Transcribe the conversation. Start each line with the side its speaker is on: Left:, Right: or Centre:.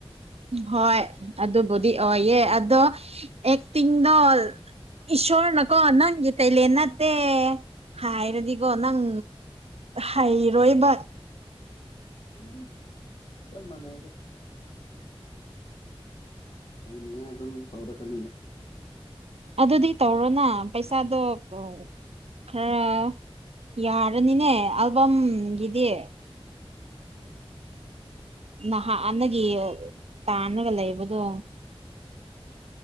Right: ꯍꯣꯏ ꯑꯗꯨꯕꯨꯗꯤ ꯑꯣꯏꯌꯦ ꯑꯗꯣ ꯑꯦꯛꯇꯤꯡꯗꯣ ꯏꯁꯁꯣꯔ ꯅꯀꯣ ꯅꯪꯒꯤ ꯀꯩꯂꯦꯟ ꯅꯠꯇꯦ ꯍꯥꯏꯔꯗꯤꯒꯣ ꯅꯪ ꯍꯩꯔꯣꯏꯕ
Left: ꯅꯤ ꯆꯝ ꯃꯅꯥꯏꯗ ꯑꯩꯅꯤꯉꯥꯏ ꯑꯗꯨꯝ ꯇꯧꯔꯛꯀꯅꯤꯗ
Right: ꯑꯗꯨꯗꯤ ꯇꯧꯔꯣꯅ ꯄꯩꯁꯥꯗꯣ ꯀꯥꯎ ꯈꯔ ꯌꯥꯔꯅꯤꯅꯦ ꯑꯜꯕꯝꯒꯤꯗꯤ
Left: ꯎꯝ
Right: ꯅꯍꯥ ꯑꯥꯟꯅꯒꯤ ꯇꯥꯅꯒ ꯂꯩꯕꯗꯣ
Left: ꯎꯝ